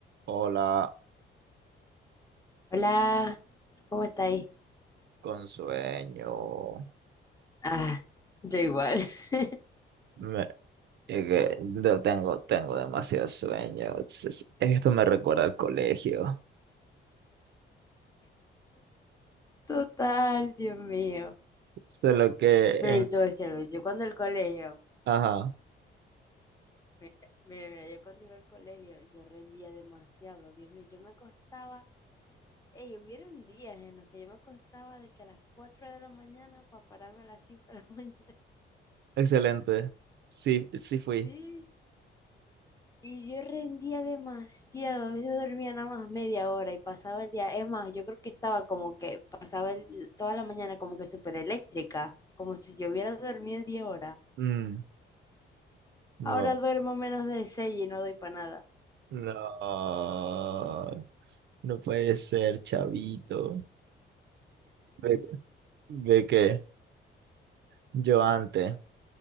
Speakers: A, on the right; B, on the left.
A: Hola,
B: Hola, ¿cómo estáis?
A: con sueño.
B: Ah, yo igual. <laughs>
A: Me- es que no tengo, tengo demasiado sueño. Es- es- Esto me recuerda al colegio.
B: Total, Dios mío.
A: Solo que
B: Pero
A: en...
B: yo te voy a decir algo, yo cuando el colegio,
A: Ajá,
B: mira, mira, mira, yo cuando iba al colegio, yo rendía demasiado, Dios mío, yo me acostaba, ey, hubieron días en los que yo me acostaba de que a las 4 de la mañana para pararme a las 5 de la mañana. <laughs>
A: excelente. Sí, sí fui.
B: Sí, Y yo rendía demasiado, a veces dormía nada más media hora y pasaba el día. Es más, yo creo que estaba como que pasaba el- toda la mañana como que súper eléctrica, como si yo hubiera dormido 10 horas.
A: Mm, no,
B: Ahora duermo menos de 6 y no doy para nada,
A: no. No puede ser, chavito. Ve, ve que yo antes,